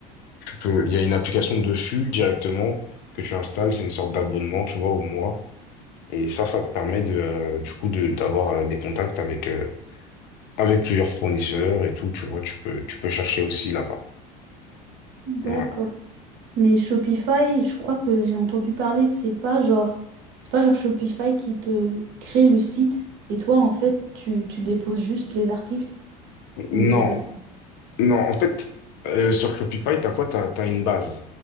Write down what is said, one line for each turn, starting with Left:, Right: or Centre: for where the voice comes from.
Left: tu peux- il y a une application dessus directement que tu installes, c'est une sorte d'abonnement, tu vois, au mois. Et ça, ça te permet de, euh, du coup, de, d'avoir euh, des contacts avec, euh, avec plusieurs fournisseurs et tout, tu vois, tu peux, tu peux chercher aussi là-bas.
Right: D'accord.
Left: Voilà.
Right: Mais Shopify, je crois que j'ai entendu parler, c'est pas genre, c'est pas genre Shopify qui te crée le site et toi, en fait, tu, tu déposes juste les articles
Left: Non,
Right: ou c'est pas ça?
Left: Non, en fait, euh, sur Shopify, t'as quoi? T'as, t'as une base.